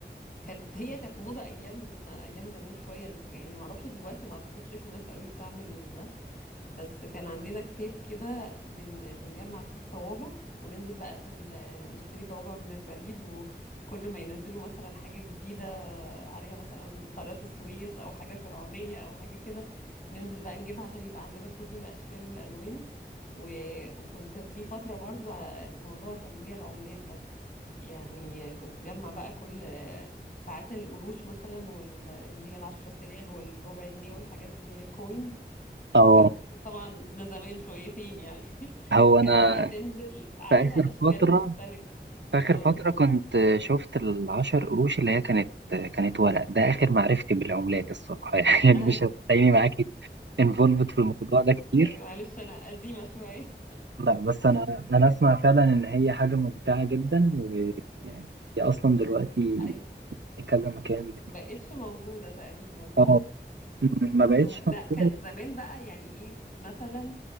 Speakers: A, on the left; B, on the right.
A: كانت هي كانت موضه ايام ايام زمان شويه الحاجه يعني ما اعرفش دلوقتي ما اعتقدش في ناس قوي بتعمل ده بس كان عندنا كتاب كده بن... بنجمع فيه الطوابع وننزل بقى ال- نشتري طوابع من البريد و... وكل ما ينزلوا مثلا حاجة جديدة عليها مثلا قارات السويس أو حاجة فرعونية أو حاجة كده ننزل بقى نجيبها عشان يبقى عندنا كل الأشكال والألوان و... وكنت في فترة برضو ع- موضوع تجميع العملات ده يعني كنت جمع بقى كل ساعات القروش مثلا واللي هي العشرة صاغ والربع جنيه والحاجات دي اللي هي الكوينز م-
B: اه
A: آم، طبعا ده زمان شويتين يعني <laughs>
B: هو
A: كان
B: انا
A: بقى تنزل عليها
B: في اخر
A: أشكال
B: فتره
A: مختلفة
B: آخر
A: اه
B: فترة كنت شفت العشر قروش اللي هي كانت كانت ورق ده آخر معرفتي بالعملات الصراحة <laughs> يعني
A: أي
B: مش هتلاقيني معاكي انفولفد في الموضوع ده كتير
A: أي معلش أنا قديمة شوية
B: لا بس أنا أنا أسمع فعلا إن هي حاجة ممتعة جدا ويعني هي أصلا دلوقتي
A: أيوة
B: كذا مكان
A: مبقتش موجودة تقريبا صح؟
B: اه ما بقتش
A: اه لا
B: موجودة
A: كان زمان بقى يعني ايه مثلا